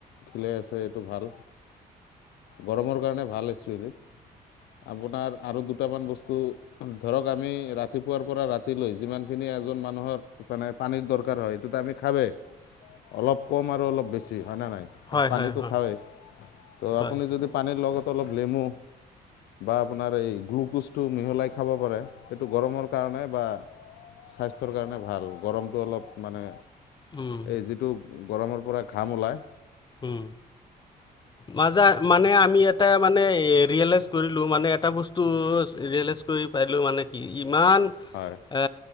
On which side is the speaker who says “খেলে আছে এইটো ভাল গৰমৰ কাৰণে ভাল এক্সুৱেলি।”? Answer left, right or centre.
Left